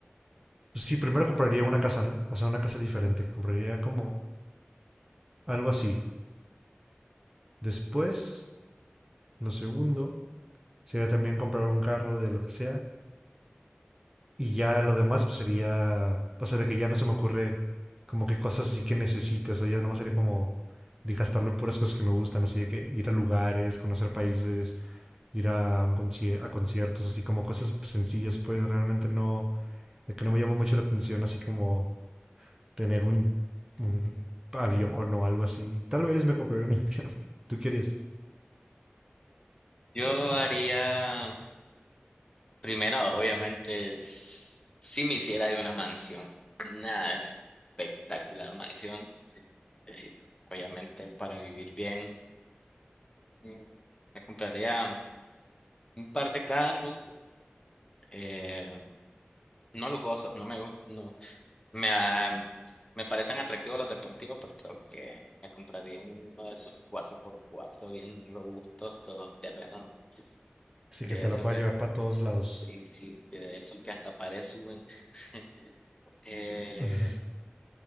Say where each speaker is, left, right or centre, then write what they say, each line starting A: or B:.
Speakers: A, on the right; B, on the left.
A: Pues Sí, primero compraría una casa, ¿no? O sea, una casa diferente. Compraría como algo así. Después, lo segundo, sería también comprar un carro de lo que sea. Y ya lo demás, pues sería, o sea, de que ya no se me ocurre como que cosas así que necesites, o ya nomás sería como de gastarlo en puras cosas que me gustan, así de que ir a lugares, conocer países, ir a un conci- a conciertos, así como cosas sencillas, pues realmente no, de que no me llama mucho la atención, así como tener un, un avión o algo así. Tal vez me compraré un <laughs> avión. ¿Tú querías?
B: Yo haría. Primero, obviamente, s- sí me hiciera de una mansión, una espectacular mansión, eh, obviamente para vivir bien, mm, me compraría un par de carros, eh, no lujosos, no me gu- no, me, ah, me parecen atractivos los deportivos, pero creo que me compraría uno de esos cuatro por cuatro bien robustos, todos terrenos,
A: Sí,
B: de
A: que te
B: esos
A: la puedas
B: de,
A: llevar para todos lados.
B: sí, sí, de esos que hasta pared suben. <laughs> Eh,
A: <laughs>